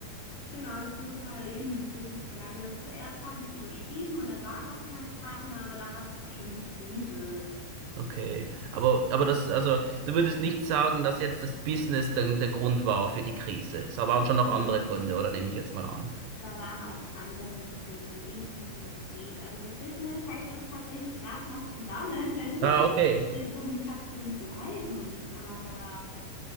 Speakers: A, on the left; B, on the right.
A: Genau, und das ist so parallel in die Brücke gegangen. Zuerst habe ich es überschrieben und er war auch mein Partner, aber da hat es auch schon gekriselt.
B: Okay. Aber, aber das, also, du würdest nicht sagen, dass jetzt das Business dann der Grund war für die Krise. Es waren schon
A: Nee,
B: noch andere Gründe, oder nehme ich jetzt mal an?
A: da waren auch andere Gründe, definitiv. Also das Business hält uns tatsächlich gerade noch zusammen, <laughs>
B: Ah, okay.
A: dass wir in Kommunikation bleiben, aber